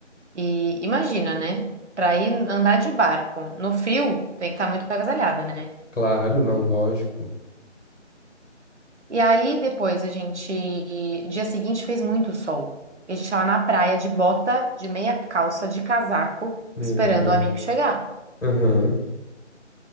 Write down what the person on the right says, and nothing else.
E imagina, né? Para ir andar de barco no frio, tem que estar muito agasalhada, né?
E aí depois a gente, dia seguinte fez muito sol. E a gente tava na praia de bota, de meia calça, de casaco,
esperando
o amigo chegar.